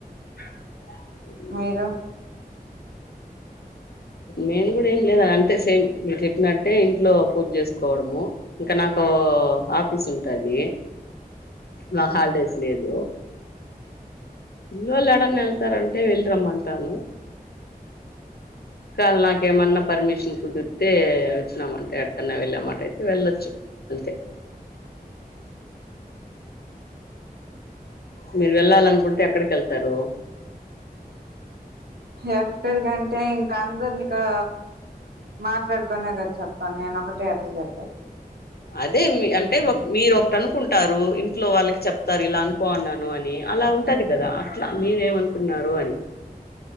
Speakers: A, on the left (about 80°); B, on the right (about 85°).
A: <inaudible>
B: మీరు
A: మేము కూడా ఏం లేదు అంతే సేమ్ మీరు చెప్పినట్టే ఇంట్లో పూజ చేసుకోవడము ఇంక నాకు కు ఆఫీస్ ఉంటాది నా హాలిడేస్ లేదు పిల్లొల్లు ఏడన్నా వెళ్తారంటే వెళ్ళిరమ్మంటాను కల్ నాకు ఏమన్న పర్మిషన్ కుదిరితే వచ్చినామాట ఎక్కడకన్నా వెళ్ళమాట అయితే వెళ్ళొచ్చు వెళ్తే మీరు వెళ్ళాలనుకుంటే ఎక్కడికి వెళ్తారు
B: ఎక్కడికంటే ఈ అందరిని ఇక్కడ మాట్లాడుకునే కదా చెపను నేను ఒకటే ఎట్ల చెప్పేది
A: అదే మీ అంటే మీరు ఒకటి అనుకుంటారు ఇంట్లో వాళ్ళకి చెప్తారు ఇలా అనుకోన్నాను అని అలా ఉంటది కదా అట్లా మీరేమనుకున్నారు అని